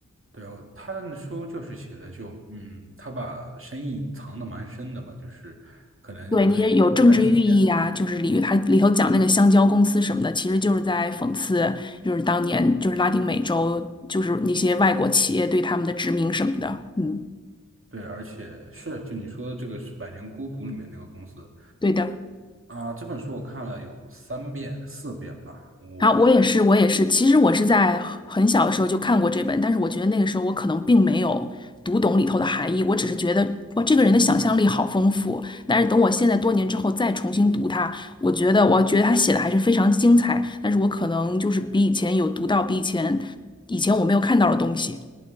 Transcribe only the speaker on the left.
对那些有政治寓意啊，就是里它里头讲那个香蕉公司什么的，其实就是在讽刺，就是当年就是拉丁美洲，就是那些外国企业对他们的殖民什么的。嗯，
对的。
然后我也是，我也是。其实我是在很很小的时候就看过这本，但是我觉得那个时候我可能并没有读懂里头的含义，我只是觉得哇，这个人的想象力好丰富。但是等我现在多年之后再重新读它，我觉得我觉得他写的还是非常精彩，但是我可能就是比以前有读到比以前以前我没有看到的东西。